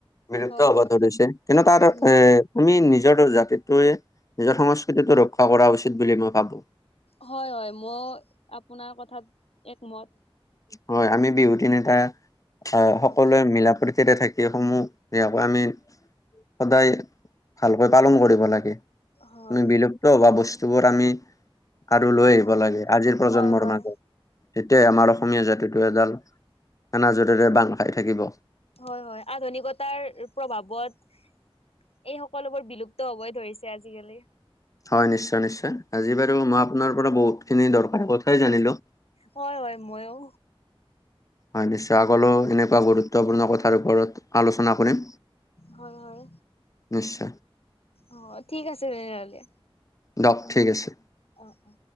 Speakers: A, on the left; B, on the left.
A: বিলুপ্ত
B: হয়
A: হ'ব
B: হয়
A: ধৰিছে। কিন্তু তাৰ এ
B: উম
A: আমি নিজৰ জাতিটোয়ে, নিজৰ সংস্কৃতিটো ৰক্ষা কৰা উচিত বুলি মই ভাবো।
B: হয় হয়। ময়ো আপোনাৰ কথাত একমত।
A: হয়, আমি বিহু টীম এটা অহ
B: হয়
A: সকলোৱে মিলাপ্ৰীত তেতিয়া চাইকেলসমূহ সেয়া পৰা আমি সদায় ভালকৈ পালন কৰিব লাগে।
B: হয়
A: আমি বিলুপ্ত হোৱা বস্তুবোৰ আমি আৰু লৈ আহিব
B: হয়
A: লাগে আজিৰ প্ৰজন্মৰ
B: হয় হয়
A: মাজত। তেতিয়াই আমাৰ অসমীয়া জাতিটো এডাল এনাজৰিৰে বান্ধ খাই থাকিব।
B: হয় হয়। আধুনিকতাৰ প্ৰভাৱত এই সকলোবোৰ বিলুপ্ত হ'বই ধৰিছে আজিকালি।
A: হয়, নিশ্চয় নিশ্চয়। আজি বাৰু
B: উম
A: মই আপোনাৰ পৰা বহুতখিনি দৰকাৰী কথাই জানিলোঁ।
B: হয় হয়, ময়ো।
A: হয়, নিশ্চয়। আগলৈও এনেকুৱা গুৰুত্বপূৰ্ণ কথাৰ ওপৰত আলোচনা কৰিম।
B: হয় হয়
A: নিশ্চ
B: অ', ঠিক আছে তেনেহ'লে।
A: দিয়ক, ঠিক আছে।
B: অ', অ'।